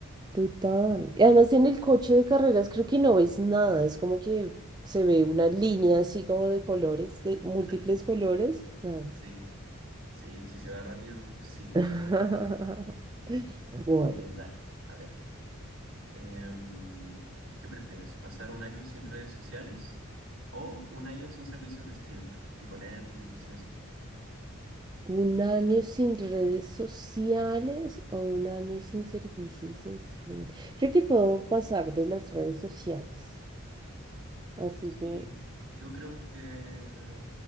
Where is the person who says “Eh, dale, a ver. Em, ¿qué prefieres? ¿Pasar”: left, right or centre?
Right